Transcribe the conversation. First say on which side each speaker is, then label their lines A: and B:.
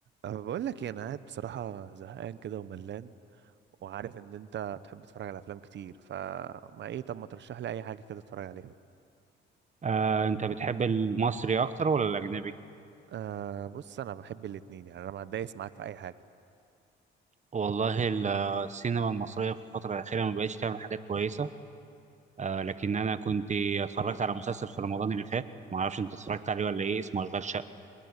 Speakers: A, on the right; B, on the right.
A: أه بقول لك إيه، انا قاعد بصراحه زهقان كده وملان وعارف ان انت بتحب تتفرج على افلام كتير فما ايه طب ما ترشح لي اي حاجه كده اتفرج عليها
B: آه، انت بتحب المصري اكتر ولا الاجنبي
A: أه بص انا بحب الاتنين يعني انا ما اتضايقش معاك في اي حاجه
B: والله ال- السينما المصريه في الفتره الاخيره ما بقتش تعمل حاجات كويسه آه، لكن انا كنت اتفرجت على مسلسل في رمضان اللي فات ما اعرفش انت اتفرجت عليه ولا ايه اسمه اشغال شقه